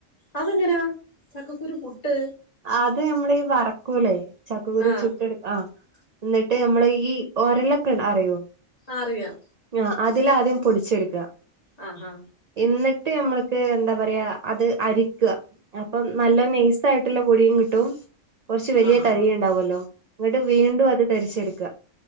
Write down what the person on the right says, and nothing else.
അത് നമ്മള ഈ വറക്കൂലേ ചക്കുകുരി
ചുട്ട എടുക്ക ആ എന്നിട്ട് നമ്മള് ഈ ഓരലൊക്ക അറിയോ
ആ അതിലാദ്യം പൊടിച്ചെടുക്കുക
എന്നിട്ട് നഞമ്മൾക്ക് എന്താ പറയാ അത് അരിക്കുക അപ്പൊ നല്ല നൈസ് ആയിട്ടുള്ള പൊടിയും കിട്ടും കുറച്ച് വലിയ
തരി ഉണ്ടാവല്ലോ ഇന്നട്ട് വീണ്ടും അത് തരിച്ചെടുക്കുക